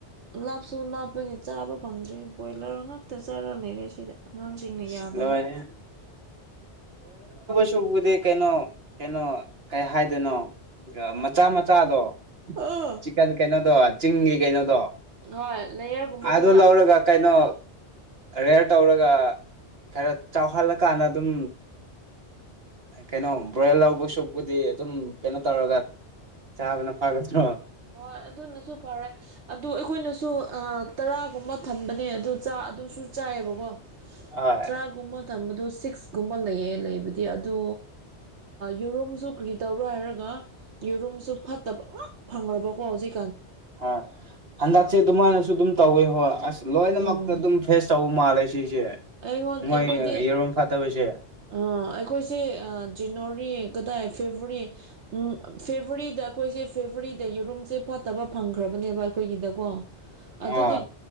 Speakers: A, on the right (about 75°); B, on the right (about 60°).
A: ꯂꯥꯞꯁꯨ ꯂꯥꯞꯄꯒꯤ ꯆꯥꯕ ꯐꯪꯗ꯭ꯔꯦ ꯕꯣꯏꯂꯔ ꯉꯥꯛꯇ ꯆꯥꯔꯒ ꯂꯩꯔꯦ ꯁꯤꯗ ꯑꯉꯥꯡꯁꯤꯡꯅ
B: ꯁꯂꯣꯅꯤ
A: ꯌꯥꯗꯕꯒ
B: ꯁꯕꯨꯗꯤ ꯀꯩꯅꯣ ꯀꯩꯅꯣ ꯀꯩ ꯍꯥꯏꯗꯅꯣ ꯃꯆꯥ ꯃ ꯃꯆꯥꯗꯣ
A: ꯑꯥ
B: ꯆꯤꯛꯀꯟ ꯀꯩꯅꯣꯗꯣ ꯆꯤꯡꯒꯤ ꯀꯩꯅꯣꯗꯣ
A: ꯍꯣꯏ ꯂꯦꯌꯔꯒꯨꯝꯕꯗꯨꯔꯥ
B: ꯑꯗ ꯂꯧ ꯂꯧꯔꯒ ꯀꯩꯅꯩꯅꯣ ꯔꯦꯔ ꯇꯧꯔꯒ ꯑꯗꯨꯒ ꯈꯔ ꯆꯥꯎꯍꯜꯂꯀꯥꯟꯗ ꯑꯗꯨꯝ ꯀꯩꯅꯣ ꯕ꯭ꯔꯣꯏꯜ ꯂꯧꯕ ꯁꯨꯞꯄꯨꯗꯤ ꯑꯗꯨꯝ ꯀꯩꯅꯣ ꯇꯧꯔꯒ ꯆꯥꯕꯅ ꯐꯒꯁ꯭ꯔꯣ
A: ꯍꯣꯏ ꯑꯗꯨꯅꯁꯨ ꯐꯔꯦ ꯑꯗꯨ ꯑꯩꯈꯣꯏꯅꯁꯨ ꯇꯔꯥꯒꯨꯝꯕ ꯊꯝꯕꯅꯦ ꯑꯗꯣ ꯆꯥ ꯑꯗꯨꯁꯨ ꯆꯥꯏꯌꯦꯕꯀꯣ
B: ꯍꯣꯏ
A: ꯇꯔꯥꯒꯨꯝꯕ ꯊꯝꯕꯗꯣ ꯁꯤꯛꯁꯀꯨꯝꯕ ꯂꯩꯌꯦ ꯂꯩꯕꯗꯤ ꯑꯗ ꯌꯦꯔꯨꯝꯁꯨ ꯀꯔꯤꯗꯧꯔꯣ ꯍꯥꯏꯔꯒ ꯌꯦꯔꯨꯝꯁꯨ ꯐꯠꯇꯕ ꯐꯪꯔꯔꯕ ꯀꯣ ꯍꯧꯖꯤꯛ
B: ꯍꯣꯏ ꯍꯟꯗꯛꯁꯦ ꯑꯗꯨꯃꯥꯏꯅꯁꯨ ꯑꯗꯨꯝ ꯇꯧꯋꯤ ꯍꯣꯏ ꯑꯁ ꯂꯣꯏꯅꯃꯛꯇ
A: ꯎꯝ
B: ꯑꯗꯨꯝ ꯐ꯭ꯔꯦꯁ ꯇꯧꯕ ꯃꯥꯜꯂꯦ ꯁꯤꯁꯦ
A: ꯑꯩꯉꯣꯟ
B: ꯃꯣꯏ
A: ꯑꯩꯈꯣꯏꯗꯤ
B: ꯌꯦꯔꯣꯝ ꯐꯥꯠꯇꯕꯁꯦ
A: ꯑ ꯑꯩꯈꯣꯏꯁꯦ ꯖꯤꯅꯣꯔꯤ ꯀꯥꯏ ꯐꯦꯕꯋꯥꯔꯤ ꯎ ꯐꯦꯕꯋꯥꯔꯤꯗ ꯑꯩꯈꯣꯏꯁꯦ ꯐꯦꯕꯋꯥꯔꯤꯗ ꯌꯦꯨꯔꯨꯝꯁꯦ ꯐꯠꯇꯕ ꯐꯪꯈ꯭ꯔꯕ ꯑꯩꯈꯣꯏꯒꯤꯗꯣ
B: ꯑ
A: ꯑꯗꯨ